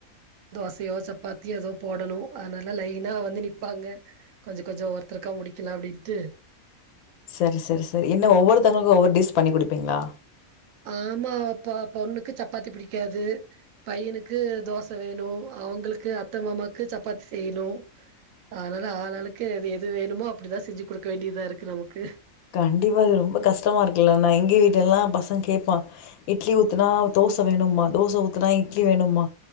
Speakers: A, on the right; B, on the left.
A: தோசையோ சப்பாத்தியோ ஏதோ போடணும் அதனால லைனா வந்து நிப்பாங்க கொஞ்சம் கொஞ்சம் ஒருத்தருக்கா முடிக்கலாம் அப்டின்ட்டு
B: சரி சரி சரி என்ன ஒவ்வொருத்தவங்களுக்கும் ஒவ்வொரு டிஸ் பண்ணி குடுப்பீங்களா
A: ஆமா ஆப்பா பொண்ணுக்கு சப்பாத்தி பிடிக்காது பையனுக்கு தோச வேணும் அவங்களுக்கு அத்த மாமாக்கு சப்பாத்தி செய்யணும் அதனால ஆளாளுக்கு எது எது வேணுமோ அப்டிதான் செஞ்சு குடுக்க வேண்டியதா இருக்கு நமக்கு
B: கண்டிப்பா இது ரொம்ப கஷ்டமா இருக்குல்ல நான் எங்க வீட்லேலாம் பசங்க கேப்பான் இட்லி ஊத்துனா தோச வேணும்பா தோச ஊத்துனா இட்லி வேணும்பா